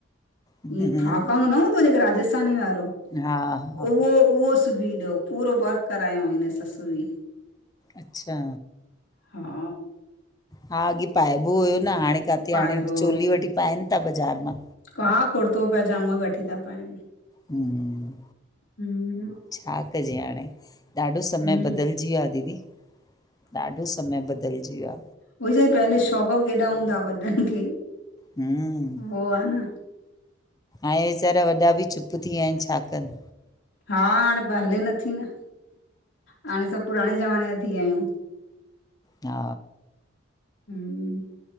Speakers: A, on the left; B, on the left.
A: हम्म
B: ईअ फाका वा न हूंदो ॼेको राजस्थानी वारो,
A: हा हा
B: उहो उहो सुबी ॾियो, पूरो वर्क करायो हुयइ हिनजी ससु बी।
A: अच्छा
B: हा
A: हा अॻे पाएबो हुयो न हाणे काथे
B: पाइबो
A: हाणे चोली वठी पाइनि ता बज़ार मां।
B: का कुर्तो पइजामो वठी ता पाइनि।
A: हूं
B: हम्म
A: छा कजे हाणे। ॾाढो
B: हम्म
A: समय बदिलजी वियो आ दीदी, ॾाढो समय बदिलजी वियो आ।
B: उई छा पहले शौक़ वौक़ केॾा हूंदा आ वॾनि खे,
A: हम्म।
B: वो आ न
A: ऐं वेचारा वॾा बि चुप थी विया आहिनि छा कन।
B: हा हाणे हले नथी न हाणे सभु पुराणे ज़माने जा थी विया आहियूं।
A: हा
B: हूं